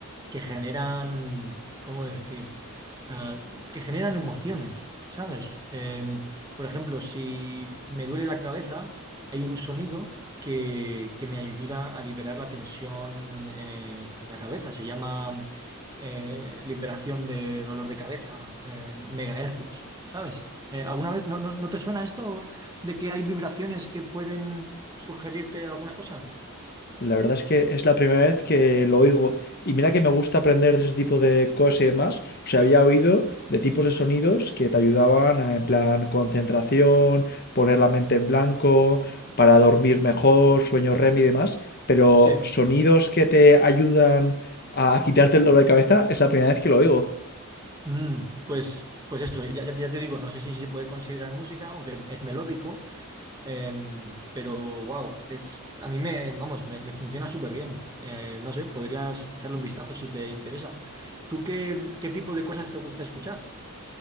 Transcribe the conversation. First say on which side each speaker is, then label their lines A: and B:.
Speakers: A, on the right; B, on the left.
A: que generan, ¿cómo decir? Ah, que generan emociones, ¿sabes? Em, por ejemplo, si me duele la cabeza, hay un sonido que, que me ayuda a liberar la tensión eh, en la cabeza. Se llama eh, liberación de dolor de cabeza, eh, megahercios, ¿sabes? Eh, ¿alguna vez no, no- no te suena esto de que hay vibraciones que pueden sugerirte alguna cosa?
B: La verdad es que es la primera vez que lo oigo. Y mira que me gusta aprender de ese tipo de cosas y demás. O sea, había oído de tipos de sonidos que te ayudaban a, en plan, concentración, poner la mente en blanco, para dormir mejor, sueño REM y demás. Pero
A: Sí.
B: sonidos que te ayudan a quitarte el dolor de cabeza es la primera vez que lo oigo.
A: Mm, pues, pues eso, ya, ya- ya te digo, no sé si se puede considerar música, aunque es melódico, em, pero wow, es, a mí me, vamos, me, me funciona súper bien. Eh, no sé, podrías echarle un vistazo si te interesa. ¿Tú qué, qué tipo de cosas te gusta escuchar?